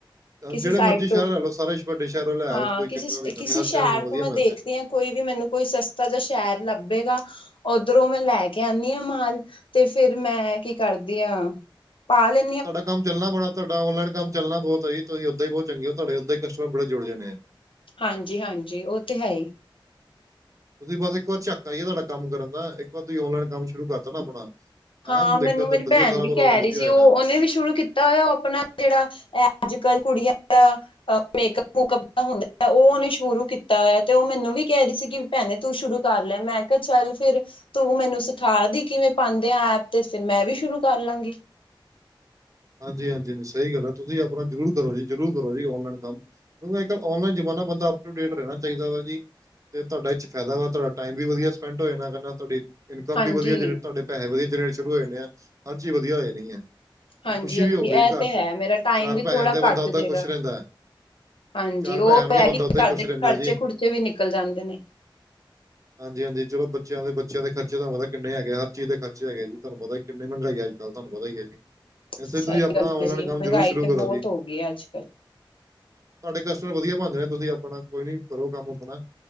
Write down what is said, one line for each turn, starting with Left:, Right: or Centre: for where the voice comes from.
Left: ਕਿਸੇ
Right: ਜਿਹੜੇ
Left: ਸਾਈਡ
Right: ਮਰਜ਼ੀ ਸ਼ਹਿਰ
Left: ਤੋਂ,
Right: ਲੈ ਲਓ ਸਾਰੇ ਵੱਡੇ ਸ਼ਹਿਰੋਂ ਲੈ
Left: ਹਾਂ
Right: ਆਓ ਕੋਈ ਚੱਕਰ
Left: ਕਿਸੇ,
Right: ਵਾਲੀ ਗੱਲ
Left: ਕਿਸੇ
Right: ਨਹੀਂ ਹਰ
Left: ਸ਼ਹਿਰ
Right: ਨੂੰ ਵਧੀਆ
Left: ਤੋਂ ਮੈਂ
Right: ਮਿਲ
Left: ਦੇਖਦੀ
Right: ਜਾਏ
Left: ਹਾਂ। ਕੋਈ ਵੀ ਮੈਨੂੰ ਕੋਈ ਸਸਤਾ ਜਾਂ ਸ਼ਹਿਰ ਲੱਭੇਗਾ। ਉਧਰੋਂ ਮੈਂ ਲੈ ਕੇ ਆਉਦੀ ਆ ਮਾਲ, ਤੇ ਫੇਰ ਮੈਂ ਕੀ ਕਰਦੀ ਆਂ। ਪਾ ਲੈਨੀ,
Right: ਤੁਹਾਡਾ ਕੰਮ ਚੱਲਣਾ ਬੜਾ ਤਗੜਾ, ਤੁਹਾਡਾ ਆਨਲਾਈਨ ਕੰਮ ਚੱਲਣਾ ਬਹੁਤ ਜੀ, ਤੁਸੀਂ ਉਦਾਂ ਹੀ ਬਹੁਤ ਚੰਗੇ ਹੋ, ਤੁਹਾਡੇ ਉਦਾਂ ਹੀ ਕਸਟਮਰ ਬੜੇ ਜੁੜ ਜਾਣੇ।
Left: ਹਾਂਜੀ- ਹਾਂਜੀ ਉਹ ਤੇ ਹੈ ਹੀ।
Right: ਤੁਸੀਂ ਬਸ ਇੱਕ ਵਾਰ ਝਾਕਾ ਹੀ ਹ ਤੁਹਾਡਾ ਕੰਮ ਕਰਨ ਦਾ। ਇੱਕ ਵਾਰ ਤੁਸੀਂ ਆਨਲਾਈਨ ਕੰਮ ਸ਼ੁਰੂ ਕਰ ਤਾ ਨਾ ਆਪਣਾ।
Left: ਹਾਂ
Right: ਐਨ ਦੇਖਿਓ
Left: ਮੈਨੂੰ,
Right: ਤੇ
Left: ਮੇਰੀ
Right: ਵਧੀਆ
Left: ਭੈਣ
Right: ਸਾਰਾ
Left: ਵੀ
Right: ਪ੍ਰੋਗਰਾਮ
Left: ਕਹਿ
Right: ਵਧੀਆ
Left: ਰਹੀ ਸੀ।
Right: ਹੋ ਜਾਣਾ
Left: ਉਹ ਉਹਨੇ ਵੀ ਸ਼ੁਰੂ ਕ- ਤਾਂ ਉਹ ਆਪਣਾ ਜਿਹੜਾ ਅੱਜ ਕੱਲ ਕੁੜੀਆਂ ਦਾ ਮੇਕਅਪ- ਮੁਕਅਪ ਦਾ ਹੁੰਦਾ। ਉਹ ਉਹਨੇ ਸ਼ੁਰੂ ਕੀਤਾ ਹੋਇਆ ਤੇ ਉਹ ਮੈਨੂੰ ਵੀ ਕਹਿ ਰਹੀ ਸੀ। ਕਿ ਭੈਣੇ ਤੂੰ ਸ਼ੁਰੂ ਕਰ ਲੈ। ਮੈਂ ਕਿਹਾ ਚੱਲ ਫੇਰ ਤੂੰ ਮੈਨੂੰ ਸਿਖਾ ਦੀ ਕਿਵੇਂ ਐ ਤੇ ਫੇਰ ਮੈਂ ਵੀ ਸ਼ੁਰੂ ਕਰ ਲਾਂਗੀ।
Right: ਹਾਂਜੀ -ਹਾਂਜੀ- ਹਾਂਜੀ ਸਹੀ ਗੱਲ ਹੈ। ਤੁਸੀਂ ਆਪਣਾ ਜ਼ਰੂਰ ਕਰੋ ਜੀ- ਜ਼ਰੂਰ ਕਰੋ ਜੀ ਔਨਲਾਈਨ ਕੰਮ। ਕਿਉਂ ਅੱਜ ਕੱਲ ਔਨਲਾਈ ਜ਼ਮਾਨਾ ਬੰਦਾ ਅਪ ਟੂ ਡੇਟ ਰਹਿ ਚਾਹਿਦਾ ਜੀ। ਤੇ ਤੁਹਾਡਾ ਈ ਚ ਫਾਇਦਾ ਵਾ, ਤੁਹਾਡਾ ਟਾਈਮ ਵੀ ਵਧੀਆ ਸਪੈਂਡ ਹੋ ਜਾ ਨਾ ਕਰਨਾ ਨਾਲ ਤੁਹਾਡੀ, ਇਨਕਮ
Left: ਹਾਂਜੀ
Right: ਵੀ ਵਧੀਆ ਜਨ, ਤੁਹਾਡੇ ਪੈਸੇ ਵਧੀਆ ਜਨਰੇਟ ਸ਼ੁਰੂ ਹੋਏਣੇ ਆ, ਹਰ ਚੀਜ਼ ਵਧੀਆ ਹੋ ਜਾਣੀ ਹੈ।
Left: ਹਾਂਜੀ
Right: ਤੇ ਖੁਸ਼ੀ
Left: -ਹਾਂਜੀ
Right: ਵੀ ਹੋ ਗਈ
Left: ਇਹ
Right: ਘਰ
Left: ਤੇ
Right: 'ਚ
Left: ਹੈ। ਮੇਰਾ ਟਾਈਮ
Right: ਚਾਰ
Left: ਵੀ
Right: ਪੈਸੇ
Left: ਥੋੜਾ
Right: ਆਂਦੇ ਬੰਦਾ
Left: ਘੱਟ
Right: ਓਦਾਂ
Left: ਜੇਗਾ।
Right: ਖੁਸ਼ ਰਹਿੰਦਾ। ਹੈ।
Left: ਹਾਂਜੀ!
Right: ਚਾਰ
Left: ਉਹ
Right: ਪੈਸੇ ਆਣਗੇ
Left: ਤੇ ਹੈ
Right: ਬੰਦਾ
Left: ਕੀ
Right: ਓਦਾਂ ਹੀ
Left: ਘਰ
Right: ਖੁਸ਼
Left: ਦੇ
Right: ਰਹਿੰਦਾ
Left: ਖਰਚੇ-
Right: ਜੀ।
Left: ਖੁਰਚੇ ਵੀ ਨਿਕਲ ਜਾਂਦੇ ਨੇ।
Right: <inaudible> ਹਾਂਜੀ- ਹਾਂਜੀ ਚਲੋ ਬੱਚਿਆਂ ਦੇ ਬੱਚਿਆਂ ਖਰਚੇ ਤਹਾਨੂੰ ਪਤਾ ਕਿੰਨੇ ਹੈਗੇ ਹਰ ਚੀਜ਼ ਦੇ ਖਰਚੇ ਹੈਗੇ ਜੀ ਤੁਹਾਨੂੰ ਪਤਾ। ਕਿੰਨੀ ਮਹਿੰਗਾਈ ਅਜਜੱਲ ਤੁਹਾਨੂੰ ਪਤਾ ਹੈ ਜੀ। ਇਸਸੇ
Left: ਸਹੀ
Right: ਤੁਸੀਂ ਆਪਣਾ
Left: ਗੱਲ
Right: ਓਨਲਾਈਨ
Left: ਹੈ ਜੀ
Right: ਕੰਮ
Left: ਮਹਿੰਗਾਈ
Right: ਜ਼ਰੂਰ ਸ਼ੁਰੂ
Left: ਤੇ
Right: ਕਰੋ
Left: ਬਹੁਤ
Right: ਜੀ।
Left: ਹੋ ਗਈ ਅੱਜ ਕੱਲ
Right: ਤੁਹਾਡੇ ਕਸਟਮਰ ਵਧੀਆ ਬਣ ਜਾਣੇ ਨੇ, ਤੁਸੀਂ ਆਪਣਾ ਕੋਈ ਨੀ, ਕਰੋ ਕੰਮ ਆਪਣਾ,